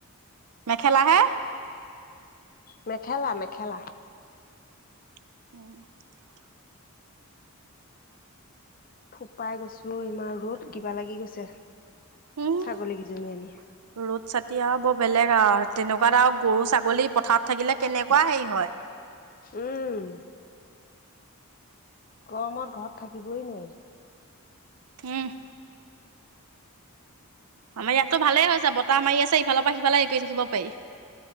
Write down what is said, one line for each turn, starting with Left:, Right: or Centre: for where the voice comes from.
Right: মেখেলা হে?
Left: মেখেলা মেখেলা।
Right: <unintelligible>
Left: ফোপাই গৈছো অ ইমান ৰ'দ কিবা লাগি গৈছে।
Right: উম
Left: ছাগলী কেইজনী আনি
Right: ৰ'দ ছাতিয় আও ব বেলেগ আও তেনেকুৱাত আও গৰু, ছাগলী পথাৰত থাকিলে কেনেকুৱা হেৰি হয়।
Left: উম। গৰমত ঘৰত থাকিবই নোৱাৰি।
Right: উম। আমাৰ ইয়াতটো ভালেই হৈছে বতাহ মাৰি আছে ইফালৰ পৰা সিফালে হেৰি কৰি থাকিব পাৰি।